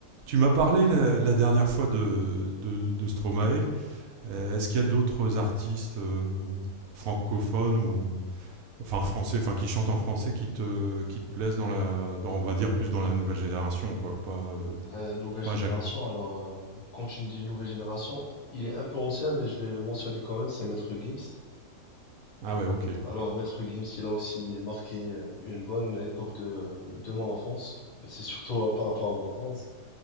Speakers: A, on the right (about 75°); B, on the left (about 70°).
A: Tu m'as parlé la, la dernière fois de, de, de Stromae. Euh, Est-ce qu'il y a d'autres artistes euh, francophones ou enfin français, enfin qui chantent en français, qui te qui te plaisent dans la, dans, on va dire plus dans la nouvelle génération, quoi. Pas euh,
B: Euh, nouvelle génération,
A: pas Jacques.
B: alors euh, quand tu me dis nouvelle génération, il est un peu ancien, mais je vais le mentionner quand même, c'est Maître Gims.
A: Ah ouais, ok. Ouais,
B: Alors Maître Gims, il a aussi marqué euh, une bonne époque de, de mon enfance, c'est surtout euh, par rapport à mon enfance.